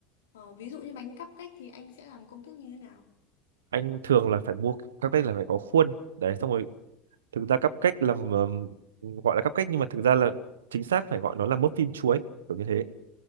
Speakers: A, on the left (about 80°); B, on the right (about 80°).
A: ờ, ví dụ như bánh cupcake thì anh sẽ làm công thức như thế nào
B: anh thường là phải mua cupcake là phải có khuôn đấy xong rồi thực ra cupcake là ừm, gọi là cupcake nhưng mà thực ra là chính xác phải gọi nó là muffin chuối kiểu như thế